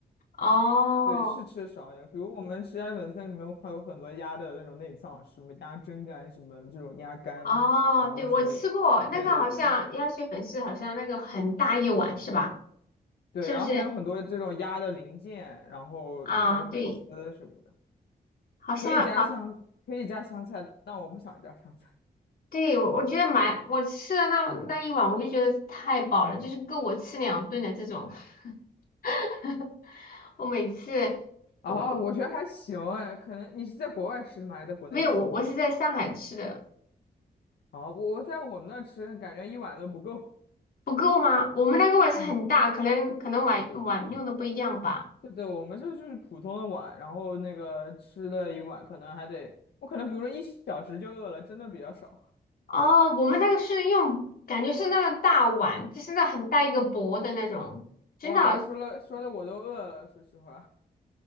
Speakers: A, on the left; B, on the left.
A: 哦
B: 对，是吃的少一点。比如我们吃鸭血粉丝里面还有很多鸭的那种内脏，什么鸭胗肝，什么这种鸭肝，
A: 哦，
B: 然后什么，
A: 对，我吃过那个，
B: 对对对
A: 好像鸭血粉丝，好像那个很大一碗是吧？
B: 对，
A: 是不是？
B: 然后还有很多这种鸭的零件，然后还有粉丝什么的，
A: 啊，对，好像好。
B: 可以加香，可以加香菜，但我不想加香菜。<laughs>
A: 对，我我觉得蛮，我吃了那那一碗，我就觉得太饱了，就是够我吃两顿的这种。<laughs> 我每次我我
B: 哦，我觉得还行哎，可能你是在国外吃的吗？还是在国内吃的？
A: 没有我我是在上海吃的，
B: 好，我在我们那吃，感觉一碗都不够。
A: 不够吗？我们那个碗是很大，
B: 嗯，
A: 可能可能碗碗用的不一样吧。
B: 对对，我们这就是普通的碗，然后那个吃了一碗，可能还得，我可能比如说一小时就饿了，真的比较少。
A: 哦，我们那个是用，感觉是那个大碗，就是那很大一个薄的那种，真的好
B: 哇，说了说的我都饿了，说实话。